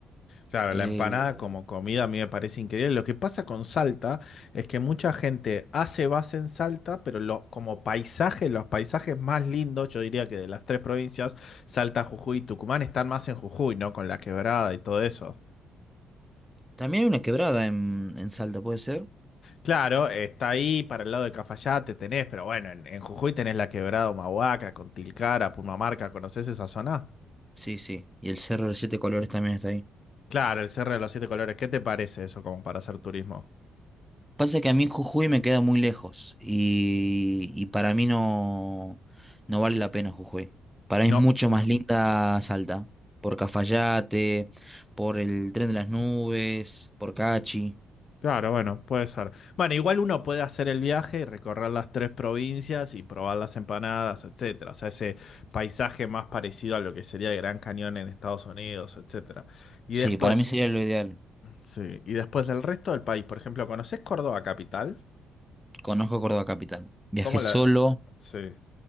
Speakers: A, on the left; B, in the centre.
A: Claro,
B: eh,
A: la empanada como comida a mí me parece increíble. Lo que pasa con Salta es que mucha gente hace base en Salta, pero lo- como paisaje, los paisajes más lindos, yo diría que de las tres provincias, Salta, Jujuy y Tucumán, están más en Jujuy, ¿no? Con la quebrada y todo eso.
B: También hay una quebrada en, en Salta, ¿puede ser?
A: Claro, está ahí para el lado de Cafayate, tenés, pero bueno, en, en Jujuy tenés la Quebrada Humahuaca, Tilcara, Purmamarca, ¿conocés esa zona?
B: Sí, sí. Y el Cerro de los Siete Colores también está ahí.
A: Claro, el Cerro de los Siete Colores, ¿qué te parece eso como para hacer turismo?
B: Pasa que a mí Jujuy me queda muy lejos y, y para mí no, no vale la pena Jujuy. Para mí
A: No,
B: es mucho más linda Salta, por Cafayate, por el Tren de las Nubes, por Cachi.
A: claro, bueno, puede ser. Bueno, igual uno puede hacer el viaje y recorrer las tres provincias y probar las empanadas, etcétera. O sea, ese paisaje más parecido a lo que sería el Gran Cañón en Estados Unidos, etcétera. Y
B: Sí,
A: después,
B: para mí sería lo ideal.
A: sí, y después del resto del país, por ejemplo, ¿conocés Córdoba capital?
B: Conozco Córdoba Capital. Viajé
A: ¿Cómo
B: solo,
A: la...? Sí.